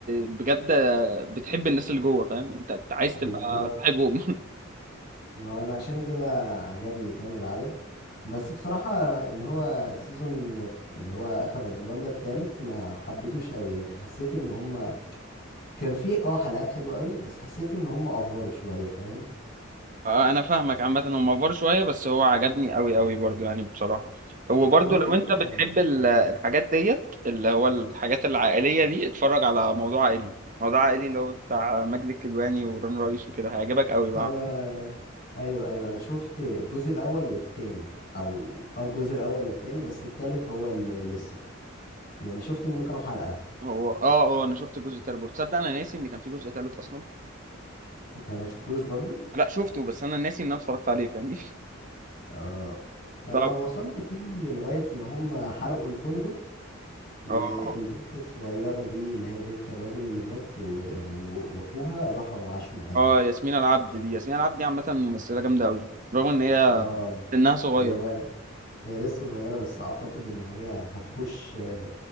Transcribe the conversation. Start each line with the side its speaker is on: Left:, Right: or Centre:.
Right: بجد بتحب الناس اللي جوه فاهم انت أنت عايز
Left: بالظبط
Right: تبقى صاحبهم
Left: ما انا عشان كده عجبني كامل العدد بس بصراحة اللي هو السيزون اللي هو اخر رمضان ده التالت ما حبيتوش قوي يعني حسيت ان هم كان فيه اه حلقات حلوة قوي بس حسيت ان هم افوروا شوية فاهم
Right: <laughs> آه، انا فاهمك عامه هو مفر شويه بس هو عجبني قوي قوي برضو يعني بصراحه وبرضو
Left: ما هو
Right: لو
Left: كده
Right: انت
Left: كده
Right: بتحب
Left: يعني.
Right: ال- الحاجات ديت اللي هو الحاجات العائليه دي اتفرج على موضوع عائلي موضوع عائلي اللي هو بتاع ماجد الكدواني ورن رئيس وكده هيعجبك قوي بقى
Left: انا ايوه ايوه انا شفت الجزء الاول والتاني او اه الجزء الاول والتاني بس التالت هو اللي لسه يعني شفت منه كام حلقة
Right: هو اه اه انا شفت الجزء التالت برضه تصدق انا ناسي ان كان في جزء تالت اصلا
Left: انت ما شفتوش برضو
Right: لا شفته بس انا ناسي ان انا اتفرجت عليه فاهمني <laughs>
Left: اه انا
Right: طب
Left: وصلت فيه لغاية ما هم حرقوا الفندق والبنت
Right: اه اه
Left: الصغيرة دي اللي هي بنت الراجل اللي مات و... و... واخوها راحوا عاشوا معاهم
Right: آه، ياسمين العبد دي ياسمين العبد دي عامه ممثله جامده قوي رغم ان هي
Left: اه
Right: سنها صغير
Left: هي هي لسه صغيرة بس اعتقد ان هي هتخش آه،